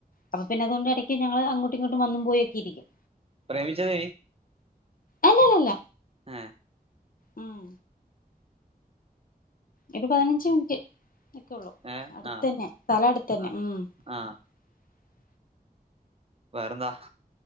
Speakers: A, on the left; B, on the right.
A: അപ്പൊ പിന്നെ അതുകൊണ്ട് ഇടിക്കി ഞങ്ങള് അങ്ങോട്ടും ഇങ്ങോട്ടും വന്നും പോയി ഒക്കെ ഇരിക്കും
B: പ്രേമിച്ചത്
A: അല്ലല്ലല്ല
B: ആ
A: ഉം ഒരു പതിനഞ്ച് മിൻറ്റ് ഒക്കെള്ളൂ
B: ഏ
A: അടുത്ത
B: ആ
A: തന്നെ സ്ഥലം അടുത്ത തന്നെ
B: ആ
A: <unintelligible>
B: ആ വേറെന്താ